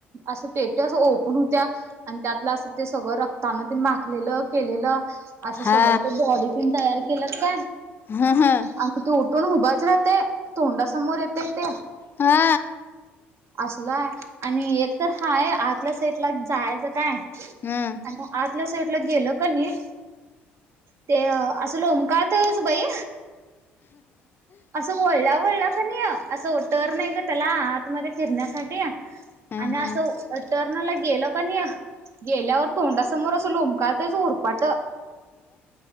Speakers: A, on the right; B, on the left.
A: असं पेटी अस ओपन होत्या, आणि त्यातलं असं ते सगळं रक्तान ते माकलेलं केलेलं असं
B: हा
A: सगळं ते बॉडी- तम तयार केलात काय आणि
B: ह ह
A: त तू पण हुभच राहते. तोंडासमोर येतय ते.
B: हा
A: अस- आणि एक तर हाय आतल्या साईटला जायचं काय
B: हम्म
A: आणि आज आपल्या साईडला गेलं की नाही ते असं लोमकाळतयच बाई असं वळला वळला की नी असं टर्न हाय ग त्याला आ मग फिरण्यासाठी ते
B: ह
A: आणि
B: ह
A: असं तरर्नाला गेलं का नाही गेल्यावर तोंडासमोर अस लोंबकाळतेच उरपाट